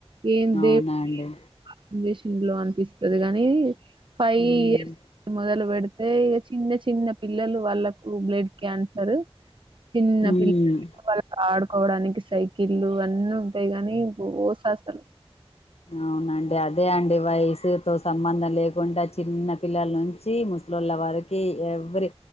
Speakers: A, on the right (about 50°); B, on the left (about 75°).
A: ఏం
B: అవునా
A: దే
B: అండి
A: <inaudible> చేసిండ్లో అనిపిస్తది గానీ ఫైవ్
B: ఉమ్,
A: ఇయర్స్ <inaudible> మొదలు పెడు తే ఇగ చిన్న చిన్న పిల్లలు వాళ్ళకు బ్లడ్ క్యాన్సర్ చిన్న
B: ఉమ్.
A: పిల్ల వాళ్ళ ఆడుకోవడానికి సైకిల్లు అన్నీ ఉంటాయి గాని ఓస అసలు
B: అవునండి అదే అండి వయసుతో సంబంధం లేకుంటే ఆ చిన్న పిల్లల నుంచి ముసలోళ్ల వరకు ఏ ఎవ్వరి